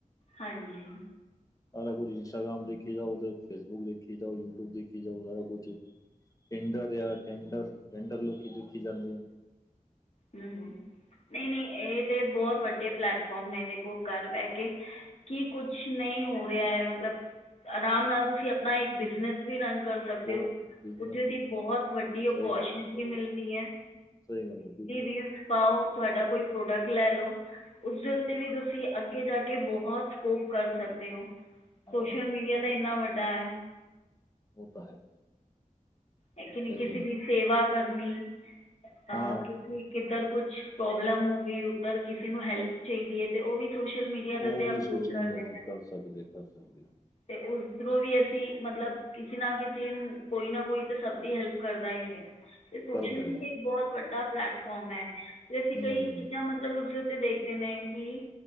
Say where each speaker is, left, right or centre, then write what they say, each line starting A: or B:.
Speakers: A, on the left (about 50°); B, on the left (about 25°).
A: ਹਾਂਜੀ ਈ
B: ਸਾਰਾ ਕੁਝ ਐ ਇਸਟਾਗ੍ਰਾਮ ਦੇਖ ਜਾਓ ਫੇਸਬੁੱਕ ਦੇਖੀ ਜਾਓ ਯੂਬ ਦੇਖੀ ਜਾਓ ਸਾਰਾ ਕੁਛ ਈ ਟਡਰ ਟੈਂਡਰ ਐ ਟੈਂਡਰ ਲੋਕੀ ਦੇਖੀ ਜਾਦੇ ਆ
A: ਹਮ! ਨਹੀਂ-ਨਹੀਂ ਇਹ ਤੇ ਬਹੁਤ ਵਡੇ ਪਲੈਟਫਾਰਮ ਨੇ, ਦੇਖੋ, ਘਰ ਬਹਿ ਕੇ ਕੀ ਕੁੱਛ ਨਹੀ ਹੋ ਰਿਹਾ ਹੈ, ਮਤਲਬ ਆਰਾਮ ਨਾਲ ਤੁਸੀ ਆਪਣਾ ਇਕ ਬਿਜ਼ਨਸ ਵੀ ਰਨ ਕਰ ਸਕਦੇ
B: ਬਹੁਤ
A: ਹੋ,
B: ਬਿਜਨਸ
A: ਉਥੇ ਓਹਦੀ ਬਹੁਤ ਵਡੀ ਅਓਪੋਰਚੁਨਿਟੀ
B: ਸਹੀ ਗੱਲ ਸਹੀ
A: ਮਿਲਦੀ
B: ਗੱਲ
A: ਹੈ।
B: ਸਹੀ ਗੱਲ ਹੈ, ਬੀ
A: ਗਿਫਟ ਪਾਓ, ਤੁਹਾਡਾ ਕੋਈ ਪ੍ਰੋਡਕਟ ਲੈ ਲੋ ਉਸਦੇ ਉਤੇ ਵੀ ਤੁਸੀ ਅਗੇ ਜਾ ਕੇ ਬਹੁਤ ਸਕੋਪ ਕਰ ਸਕਦੇ ਹੋ।
B: ਹਾਂ
A: ਸੋਸ਼ਲ ਮੀਡੀਆ ਤਾਂ ਇਨਾ ਵੱਡਾ ਐ!
B: ਓ ਤਾਂ ਹੈ।
A: ਐ ਕਿ ਨਹੀ,
B: ਸਹੀ
A: ਕਿਸੇ
B: ਗੱਲ
A: ਦੀ
B: ਹੈ।
A: ਸੇਵਾ ਕਰਨੀ, ਅਹ
B: ਹਾਂ
A: ਕਿ ਕਿੱਧਰ ਕੁਛ ਪ੍ਰੋਬਲਮ ਹੋ ਗਈ, ਉੱਧਰ ਕਿਸੇ ਨੂੰ ਹੈਲਪ ਚਾਹੀਦੀ ਏ, ਤੇ ਉਹ ਵੀ ਸੋਸ਼ਲ ਮੀਡੀਆ ਯਾਂ ਓਦੇ
B: ਉਹ
A: ਤੇ
B: ਵੀ
A: ਅਪਰੁਵ
B: ਸੋਚਣ
A: ਕਰਦੇ
B: ਮਿਲਿਆ ਤੂੰ
A: ਨੇ,
B: ਕਰ ਸਕਦੇ ਕਰ ਸਕਦੇ
A: ਤੇ ਉਧਰੋ ਵੀ ਅਸੀ ਮਤਲਬ ਕਿਸੇ ਨਾ ਕਿਸੇ, ਕੋਈ ਨਾ ਕੋਈ ਤਾਂ ਸਭ ਦੀ ਹੈਲਪ ਕਰਦਾ ਈ ਐ। ਤੇ ਸੋਸ਼ਲ
B: ਕਰਦਾ
A: ਮੀਡੀਆ
B: ਆ
A: ਇਕ ਬਹੁਤ ਵੱਡਾ ਪਲਲੇੈਟਫਾਰਮ ਐ, ਤੇ ਅਸੀ ਕਈ
B: ਨਹੀਂ ਨਹੀਂ
A: ਚੀਜ਼ਾ, ਮਤਲਬ ਉਸ ਤੇ ਦੇਖਦੇ ਨੇ ਕਿ